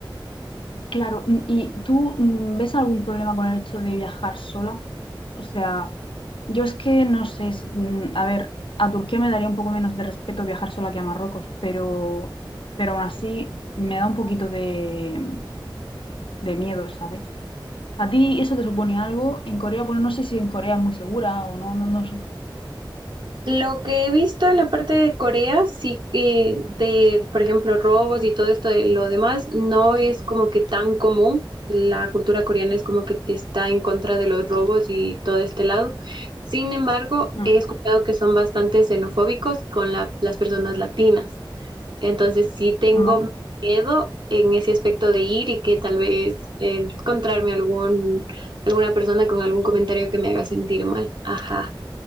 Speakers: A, on the left; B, on the right.
A: Claro, mm, ¿y tú mm, ves algún problema con el hecho de viajar sola? O sea, yo es que no sé, es- mm, a ver, a Turquía me daría un poco menos de respeto viajar sola que a Marruecos, pero, pero aún así me da un poquito de, de miedo, ¿sabes? ¿A ti eso te supone algo? En Corea, bueno, no sé si en Corea es muy segura o no, no, no sé.
B: Lo que he visto en la parte de Corea, sí que de, por ejemplo, robos y todo esto de lo demás, no es como que tan común. La cultura coreana es como que está en contra de los robos y todo este lado. Sin embargo,
A: Mm,
B: he escuchado que son bastante xenofóbicos con la- las personas latinas. Entonces sí tengo
A: ¿no?
B: miedo en ese aspecto de ir y que tal vez eh, encontrarme algún, alguna persona con algún comentario que me haga sentir mal. Ajá.